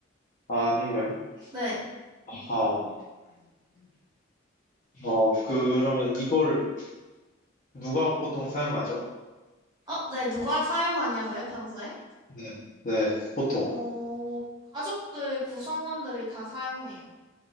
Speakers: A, on the left; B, on the right.
A: 아, 아닌가요?
B: 네.
A: 아하. 어, 그러면 이걸 누가 보통 사용하죠?
B: 어, 네. 누가 사용하냐고요, 평소에?
A: 네. 네, 보통.
B: 어, 가족들, 구성원들이 다 사용해요.